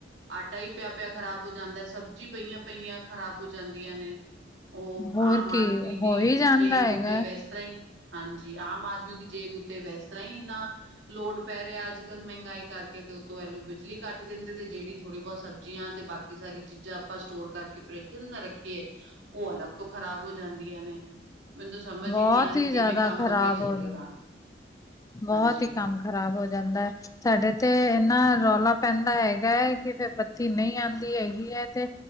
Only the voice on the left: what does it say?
ਹੋਰ
ਕੀ
ਹੋ ਹੀ ਜਾਂਦਾ
ਹੈਗਾ,
ਬਹੁਤ
ਜ਼ਿਆਦਾ
ਖ਼ਰਾਬ
ਹੋ ਜਾਂਦਾ। ਬਹੁਤ
ਹੀ ਕੰਮ ਖ਼ਰਾਬ ਹੋ ਜਾਂਦਾ ਹੈ। ਸਾਡੇ ਤੇ ਇੰਨਾ ਰੌਲਾ ਪੈਂਦਾ ਹੈਗਾ ਹੈ ਕਿ ਫਿਰ ਬੱਤੀ ਨਹੀਂ ਆਂਦੀ ਹੈਗੀ ਹੈ ਤੇ